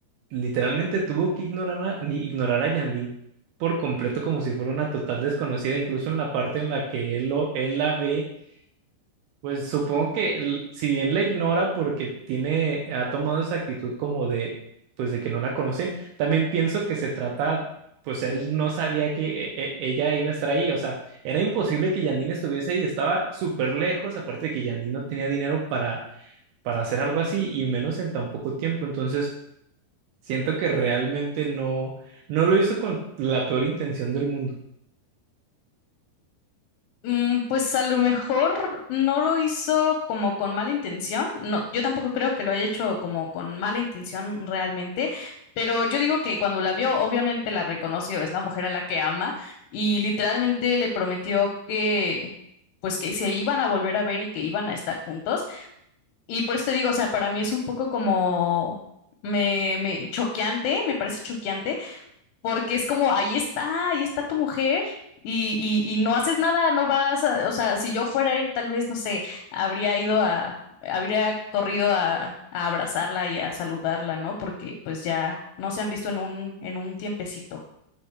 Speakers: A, on the right (about 85°); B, on the left (about 80°).
A: literalmente tuvo que ignorar a, ignorar a Yandín por completo como si fuera una total desconocida, incluso en la parte en la que él, lo, él la ve pues supongo que l- si bien la ignora porque tiene, ha tomado esa actitud como de, pues de que no la conoce, también pienso que se trata, pues él no sabía que eh, eh, ella iba a estar ahí, o sea, era imposible que Yandine estuviese ahí, estaba súper lejos, aparte de que Yandine no tenía dinero para, para hacer algo así y menos en tan poco tiempo, entonces siento que realmente no, no lo hizo con la peor intención del mundo.
B: Mm, pues a lo mejor no lo hizo como con mala intención. No, yo tampoco creo que lo haya hecho como con mala intención realmente, pero yo digo que cuando la vio, obviamente la reconoció, es la mujer a la que ama y literalmente le prometió que pues que se iban a volver a ver y que iban a estar juntos. Y por eso te digo, o sea, para mí es un poco como me, me choqueante, me parece choqueante, porque es como, ahí está, ahí está tu mujer. Y, y, y no haces nada, no vas a- o sea, si yo fuera él, tal vez, no sé, habría ido a, habría corrido a, a abrazarla y a saludarla, ¿no? Porque pues ya no se han visto en un, en un tiempecito.